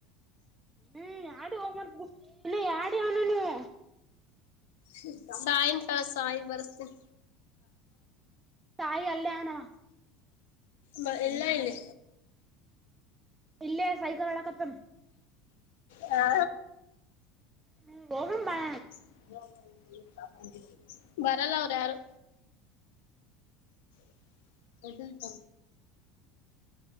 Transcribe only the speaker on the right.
ಹ್ಮ್ ಎಡೆ ಹೋಮ್ ಬುಕ್ ಎಡೆ ಅವಾನಾನುವು
ತಾಯಿಕಲ್ಯಾಣ
ಇಲ್ಲೇ ಸೈಕಲ್ ಆಡಕತ್ತನ್
ಹ್ಮ ಹೋಗಂಬಾ